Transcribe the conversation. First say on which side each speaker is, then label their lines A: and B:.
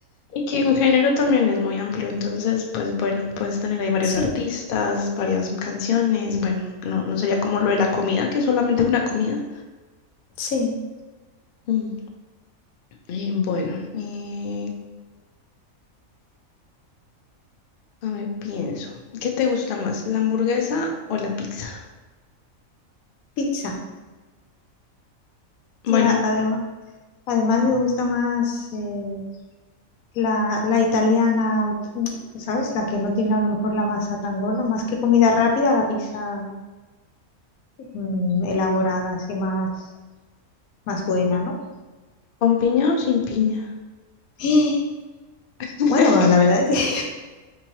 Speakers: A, on the left (about 60°); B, on the left (about 80°).
A: Y que un género también es muy amplio, entonces, pues bueno, puedes tener ahí varios
B: sí,
A: artistas, varias canciones, bueno, no, no sería como lo de la comida, que es solamente una comida.
B: sí.
A: Mm, eh, bueno, eh, a ver, pienso, ¿qué te gusta más, la hamburguesa o la pizza?
B: Pizza.
A: Bueno,
B: Sí, a- además. Además me gusta más eh, la, la italiana, ¿sabes? La que no tiene a lo mejor la masa tan gorda, más que comida rápida, la pizza mm, elaborada, así más, más buena, ¿no?
A: ¿con piña o sin piña?
B: <gasps>
A: <laughs>
B: Bueno, la verdad es que